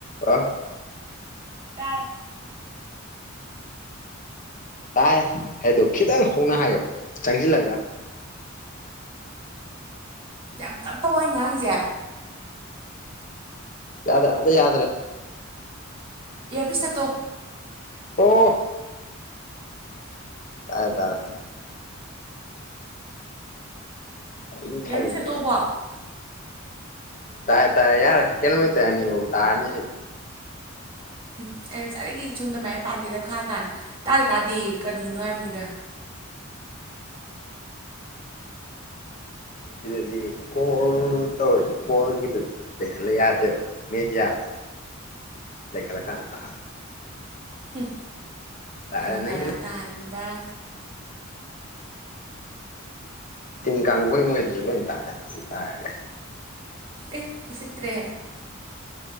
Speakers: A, on the left; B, on the right.
A: ꯑ
B: ꯇꯔ
A: ꯇꯥꯏ ꯍꯥꯏꯗꯣ ꯈꯤꯇꯪ ꯍꯧꯅ ꯍꯥꯏꯌꯣ ꯆꯪꯁꯤꯜꯂꯒ
B: ꯌꯥꯝ ꯇꯞꯄꯕ ꯉꯥꯡꯁꯦ
A: ꯌꯥꯗ꯭ꯔꯦ ꯑꯝꯇ ꯌꯥꯗ꯭ꯔꯦ
B: ꯏꯔ ꯄꯁꯠꯇꯣ
A: ꯑꯣꯐ ꯇꯥꯏꯦ ꯇꯥꯔ ꯏ
B: ꯏꯌꯥꯔꯄꯤꯁ
A: ꯈꯜ ꯂꯩꯕ
B: ꯇꯠꯇꯣꯕꯣ ꯑꯩꯅ
A: ꯇꯥꯏ ꯇꯥꯏ ꯌꯥꯔ ꯀꯦꯜꯃ ꯇꯅꯤꯕ ꯇꯥꯔꯅꯦ ꯁꯤ
B: ꯎꯝ ꯑꯩ ꯉꯁꯥꯏꯗꯒꯤ ꯁꯣꯝꯗꯃꯥꯏꯅ ꯄꯥꯟꯗꯦꯗ ꯈꯥ ꯀꯥꯟꯗ ꯇꯥꯗꯦ ꯇꯥꯗꯦ ꯀꯔꯤꯅꯣ ꯍꯥꯏꯕꯅꯤꯗ
A: ꯁꯤꯗꯗꯤ ꯀꯣꯜ ꯇꯧꯔꯁꯨ ꯀꯣꯜꯒꯤꯗ ꯂꯩꯈꯠꯂ ꯌꯥꯗꯦꯕ ꯃꯤꯗꯤꯌꯥ ꯈꯂꯀꯥꯟ ꯇ
B: ꯎꯝ
A: ꯇꯥꯔꯦ
B: ꯑꯩꯉꯣꯟꯗ
A: ꯅꯪ
B: ꯑꯔꯥꯟ ꯇꯥꯍꯟꯕ
A: ꯇꯤꯟ ꯀꯥꯡꯈꯨꯣꯏ ꯃꯈꯩꯗꯨꯁꯨ ꯂꯣꯏ ꯇꯥꯔꯦ ꯇꯥꯔꯦ
B: ꯑꯦ ꯎ ꯎꯁꯤꯠꯇꯔꯦ